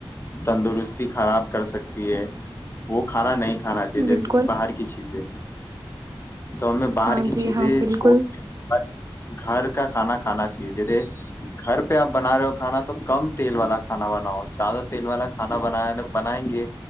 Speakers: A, on the left; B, on the right.
A: تندرستی خراب کر سکتی ہے وہ کھانا نہیں کھ کھانا چاہیے
B: بالکل
A: جیسے کہ باہر کی چیزیں تو ہمیں باہر
B: ہاں
A: کی
B: جی
A: چیزیں
B: ہاں بالکل
A: چھوڑ کے گھر کھانا کھانا چاہیے جیسے گھر پہ آپ بنا رہے ہو کھانا تو کم تیل والا کھانا بناؤ زیادہ تیل والا کھانا ب بنائیں گے